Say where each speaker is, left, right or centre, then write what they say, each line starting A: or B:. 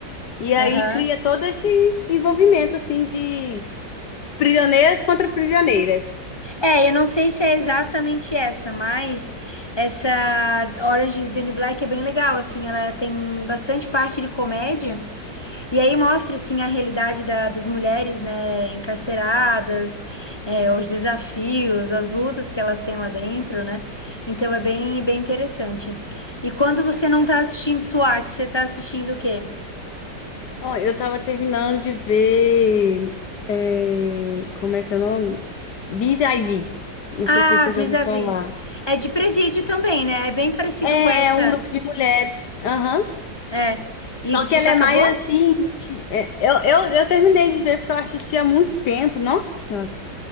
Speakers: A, on the left; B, on the left.
A: E aí
B: aham.
A: cria todo esse envolvimento assim de prisioneiras contra prisioneiras.
B: É, eu não sei se é exatamente essa, mas essa Orange is the New Black é bem legal, assim, ela tem bastante parte de comédia. E aí mostra assim a realidade da- das mulheres, né, encarceradas, é, os desafios, as lutas que elas têm lá dentro, né? Então é bem, bem interessante. E quando você não tá assistindo SWAT, você tá assistindo o quê?
A: Ó, eu tava terminando de ver. é, Como é que é o nome? Vis a Vis. Não
B: Ah,
A: sei se você
B: Vis-a-Vis.
A: já ouviu falar.
B: É de presídio também, né? É bem parecido
A: É,
B: com essa.
A: é um grupo de mulheres. Aham.
B: É. E
A: Só
B: você
A: que ela
B: já
A: é
B: acabou?
A: mais assim. de- é, eu, eu, eu terminei de ver porque eu assisti há muito tempo. Nossa Senhora.